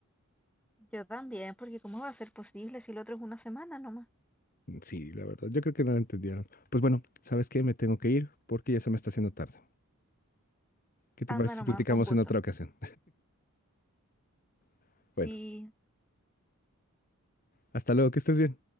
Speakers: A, in the centre; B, on the left.
A: yo también, porque ¿cómo va a ser posible si el otro es una semana nomás?
B: Sí, la verdad, yo creo que no la entendieron. Pues bueno, ¿sabes qué? Me tengo que ir porque ya se me está haciendo tarde. ¿Qué te
A: Anda
B: parece
A: nomás,
B: si platicamos
A: fue un gusto.
B: en otra ocasión? <laughs> Bueno.
A: Sí,
B: Hasta luego, que estés bien.